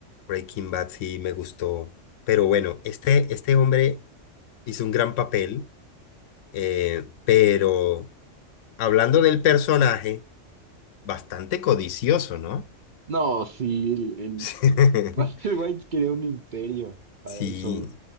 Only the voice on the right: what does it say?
No, sí, el, el-
<laughs> Walter White quería un imperio para
él solo.